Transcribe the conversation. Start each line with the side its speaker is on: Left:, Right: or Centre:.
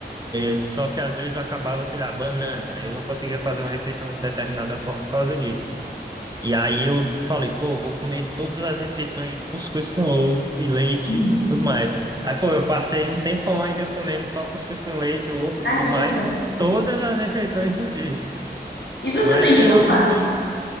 Right: Só que às vezes eu acabava, sei lá, banana. Eu não conseguia fazer uma refeição de determinada forma por causa disso. E aí eu falei, pô, vou comer todas as refeições de cuscuz com ovo e leite
Left: Hum.
Right: e tudo mais. Aí, pô, eu passei um tempão ainda comendo só cuscuz com leite, ovo e
Left: Caramba!
Right: tudo mais, todas as refeições do dia.
Left: E você
Right: Mas
Left: não enjoa?
Right: em geral não tem